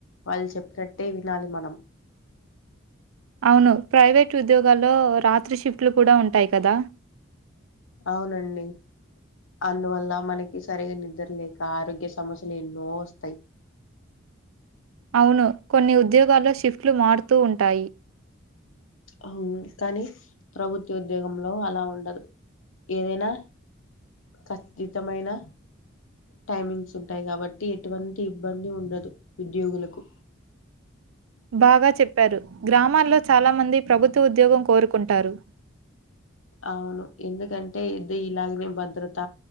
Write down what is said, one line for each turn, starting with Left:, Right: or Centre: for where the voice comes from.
Left: వాళ్ళు చెప్పినట్టే వినాలి మనం
Right: అవును ప్రైవేట్ ఉద్యోగాల్లో రాత్రి షిఫ్ట్లు కూడా ఉంటాయి కదా
Left: అవునండి అందువల్ల మనకి సరిగా నిద్ర లేక ఆరోగ్య సమస్యలు ఎన్నో వస్తాయి
Right: అవును కొన్ని ఉద్యోగాల్లో షిఫ్ట్లు మారుతూ ఉంటాయి
Left: అ కానీ ప్రభుత్వ ఉద్యోగంలో అలా ఉండదు ఏదైనా కఖచ్చితమైన టైమింగ్స్ ఉంటాయి కాబట్టి ఎటువంటి ఇబ్బంది ఉండదు ఉద్యోగులకు
Right: బాగా చెప్పారు గ్రామాల్లో చాలా మంది ప్రభుత్వ ఉద్యోగం కోరుకుంటారు
Left: అవును ఎందుకంటే ఇది ఇలాగనే భద్రత